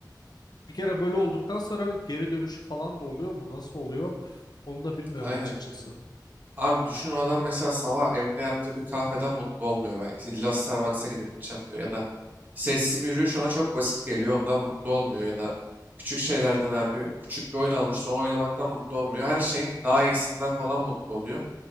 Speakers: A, on the left; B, on the right.
A: bir kere böyle olduktan sonra geri dönüşü falan da oluyor mu nasıl oluyor onu da bilmiyorum
B: Aynen.
A: açıkçası.
B: Abi düşün o adam mesela sabah evinde yaptığı bir kahveden mutlu olmuyor belki. İlla Starbucks'a gidip içeceğim diyor. Ya da sessiz bir yürüyüş ona çok basit geliyor. Ondan mutlu olmuyor. Ya da küçük şeylerden abi küçük bir oyun almıştır. Onu oynamaktan mutlu olmuyor. Her şeyin daha iyisinden falan mutlu oluyor.